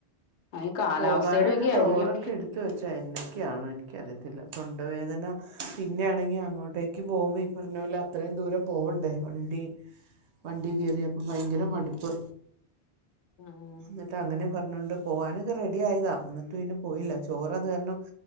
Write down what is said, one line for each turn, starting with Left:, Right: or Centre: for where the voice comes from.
Left: ഈ കാലാവസ്ഥയുടെ
Right: പോകാനായിട്ട്
Left: ഒക്കെ
Right: ചോറൊക്കെ
Left: ആയിരിക്കും
Right: ഇട് ത്ത് വെച്ചാ എന്നൊക്കെയാണോ എനിക്കറിയത്തില്ല തൊണ്ടവേദന പിന്നെയാണെങ്കി അങ്ങോട്ടേക്ക് പോകുമ്പോ ഇ പറഞ്ഞ പോലെ അത്രയും ദൂരം പോവണ്ടേ വണ്ടി വണ്ടി കേറിയപ്പോ ഭയങ്കര മടുപ്പ്
Left: ആഹ്
Right: എന്നട്ട് അങ്ങനിം പർഞ്ഞോണ്ട് പോകാനൊക്കെ റെഡി ആയതാ എന്നിട്ട് പിന്നെ പോയില്ല ചോറ് അത് കാരണം